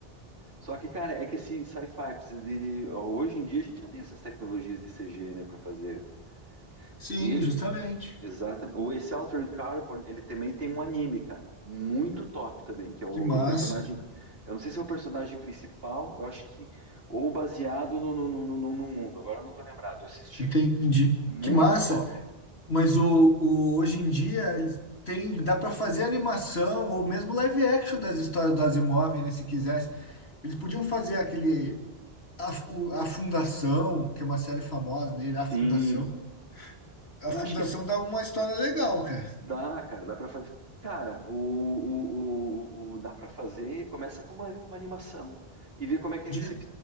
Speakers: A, on the right (about 70°); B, on the left (about 85°).
A: Só que, cara, é que esse sci-fi precisa de. ó, Hoje em dia a gente já tem essas tecnologias de CG, né, pra fazer.
B: Sim,
A: O E,
B: justamente.
A: exatamente. Ou esse Altered Carbon, ele também tem um anime, cara, muito top também, que é o
B: Que massa.
A: do personagem. Eu não sei se é o personagem principal, eu acho que. Ou baseado no, no, no, no, no mundo, agora eu não tô lembrado, eu assisti.
B: Entendi.
A: Muito
B: Que massa.
A: top.
B: Mas o, o, hoje em dia eles tem, dá para fazer animação ou mesmo live action das histórias do Asimov, né? Se quiser Eles podiam fazer aquele. A, o- a Fundação, que é uma série famosa dele, A Fundação.
A: Sim.
B: A
A: Eu
B: Fundação
A: acho que
B: dá uma história legal, cara.
A: Dá, cara, dá pra fazer. Cara, o, o, o, o- dá pra fazer. Começa com uma, com uma animação e vê como é que é
B: De,
A: recep...